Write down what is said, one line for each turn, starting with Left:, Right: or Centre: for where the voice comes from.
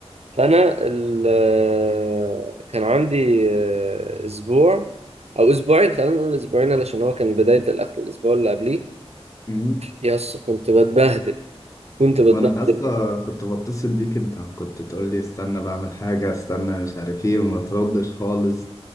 Right: فانا ال... آه، كان عندي آه، اسبوع او اسبوعين خلينا نقول اسبوعين علشان هو كان بدايه الاخر الاسبوع اللي قبليه
Left: أمم.
Right: يس كنت بتبهدل كنت بتبهدل
Left: ما انا اصلا كنت بتصل بيك انت كنت تقول لي استنى بعمل حاجه استنى مش عارف ايه وما تردش خالص